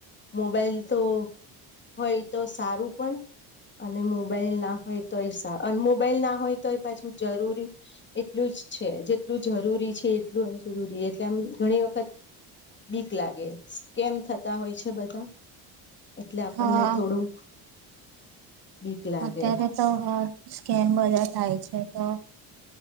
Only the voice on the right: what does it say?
હા
અત્યારે તો સ્કેમ બધા થાય છે, તો